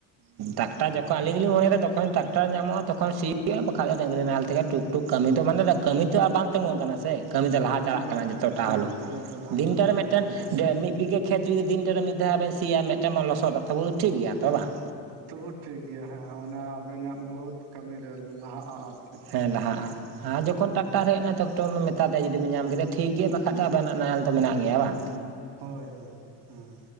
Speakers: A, on the right (about 85°); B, on the right (about 60°).
A: ᱦᱮᱸ
B: ᱫᱟᱜᱛᱟ ᱡᱚᱠ ᱟᱹᱞᱤᱧ ᱫᱚᱞᱤᱧ ᱢᱚᱱᱮᱭᱟ ᱡᱚᱠᱷᱚᱱ ᱴᱨᱟᱠᱴᱟᱨ ᱟᱞᱤᱧ ᱞᱤᱧ ᱢᱚᱱᱮᱭᱮᱫᱟ ᱡᱚᱠᱷᱚᱡ ᱴᱮᱨᱟᱠᱴᱟᱨ ᱧᱟᱢᱚᱜᱼᱟ ᱛᱚᱠᱷᱚᱱ ᱥᱤ ᱦᱩᱭᱩᱼᱟ ᱵᱟᱠᱷᱟᱡ ᱰᱟᱝᱨᱤ ᱱᱟᱦᱮᱞ ᱛᱮᱜᱮ ᱴᱩᱠ ᱴᱩᱠ ᱠᱟᱹᱢᱤ ᱫᱚ ᱢᱟᱱᱮ ᱠᱟᱹᱢᱤ ᱛᱚ ᱟᱨ ᱵᱟᱝ ᱛᱤᱜᱩᱱ ᱠᱟᱱᱟ ᱥᱮ ᱠᱟᱹᱢᱤ ᱫᱚ ᱞᱟᱦᱟ ᱪᱟᱞᱟᱜ
A: ᱵᱟᱝ
B: ᱠᱟᱱᱟ
A: ᱵᱟᱝ
B: ᱡᱚᱛᱚᱴᱟ
A: ᱦᱳᱭ
B: ᱦᱚᱞᱳ
A: ᱠᱟᱹᱢᱤ ᱫᱚ ᱞᱟᱦᱟ
B: ᱫᱤᱱᱴᱟ
A: ᱪᱟᱞᱟᱜᱼᱟ
B: ᱨᱮ
A: ᱦᱮᱸ
B: <inaudible>
A: ᱚᱵᱚᱥᱥᱳᱭ
B: ᱢᱤᱫ ᱵᱤᱜᱷᱟ. ᱠᱷᱮᱛ ᱡᱩᱫᱤ ᱫᱤᱱᱱᱟ ᱨᱮ ᱢᱤᱫ ᱫᱷᱟᱣ ᱵᱮᱱ ᱥᱤᱭᱟ ᱢᱤᱫᱴᱮᱱ ᱵᱮᱱ ᱞᱚᱥᱚᱫᱟ ᱫᱟ ᱴᱷᱤᱠ ᱜᱮᱭᱟ ᱛᱚ ᱵᱟᱝ
A: ᱛᱚᱵᱩ ᱴᱷᱤᱠᱜᱮᱭᱟ ᱦᱮᱸ ᱚᱱᱟ ᱟᱵᱮᱱᱟᱜ ᱵᱚᱦᱩᱛ ᱠᱟᱹᱢᱤᱨᱮ ᱞᱟᱦᱟᱜᱼᱟ ᱟᱨ
B: ᱦᱮᱸ ᱞᱟᱦᱟᱜᱼᱟ ᱟᱨ ᱡᱚᱠᱷᱚᱱ ᱴᱨᱟᱠᱴᱟᱨ ᱦᱮᱡ ᱛᱚ ᱮᱴᱚᱢᱮ ᱢᱮᱛᱟ ᱫᱮᱭᱟ ᱡᱩᱫᱤᱢ ᱧᱟᱢ ᱠᱮᱫᱮᱭᱟ ᱴᱷᱤᱠ ᱜᱮᱭᱟ ᱵᱟᱠᱷᱟ ᱫᱚ ᱟᱵᱮᱱᱟᱜ ᱱᱟᱦᱮᱞ ᱫᱚ ᱢᱮᱱᱟᱜ ᱜᱮᱭᱟ ᱵᱟᱝ
A: ᱦᱳᱭ ᱦᱳᱭ ᱦᱳᱭ ᱦᱩᱸ